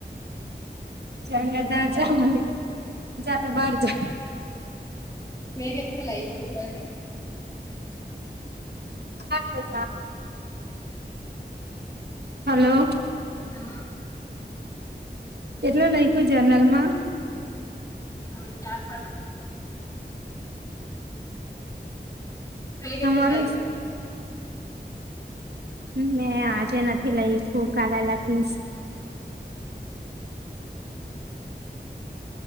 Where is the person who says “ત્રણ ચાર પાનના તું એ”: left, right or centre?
Left